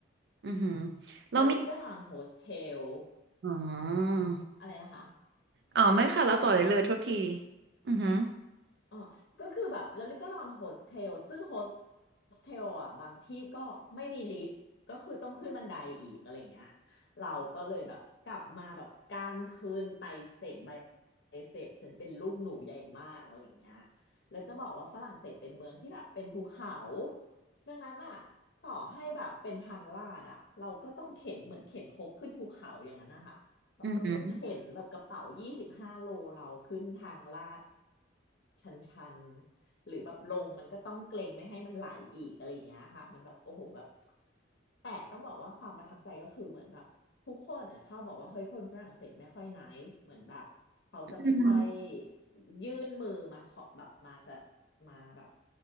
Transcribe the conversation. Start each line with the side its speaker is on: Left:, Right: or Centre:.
Right: อือหือเรามี
Left: แล้วลี่ก็นอนโฮสเทล
Right: อ๋อ
Left: อะไรนะคะ
Right: อ๋อไม่ค่ะแล้วต่อได้เลยโทษทีอือหือ
Left: เออก็คือแบบแล้วลิก็นอนโฮสเทลซึ่งโฮสเทลอ่ะบางที่ก็ไม่มีลิฟต์ก็คือต้องขึ้นบันไดอีกอะไรเงี้ยเราก็เลยแบบกลับมาแบบกรามคืนไตเสพไบไบเสพฉันเป็นลูกหนูใหญ่มากอะไรเงี้ยแล้วจะบอกว่าฝรั่งเศสเป็นเมืองที่แบบเป็นภูเขาดังนั้นอ่ะต่อให้แบบเป็นทางลาดอ่ะเราก็ต้องเข็นเหมือนเข็นครกขึ้นภูเขาอย่างนั้นนะคะ แบบเราต้องเข็นแบบกระเป๋ายี่สิบห้าโลเราขึ้นทางลาด
Right: อือหือ
Left: ชันชันหรือแบบลงมันก็ต้องเกรงไม่ให้มันไหลอีกอะไรอย่างเงี้ยค่ะมันแบบโอ้โหแบบแต่ต้องบอกว่าความประทับใจก็คือเหมือนแบบทุกคนอ่ะชอบบอกว่าเฮ้ยคนฝรั่งเศสไม่ค่อย nice เหมือนแบบเขาจะไม่ค่อย
Right: อืม
Left: ยื่นมือมาขอแบบมาสะมาแบบ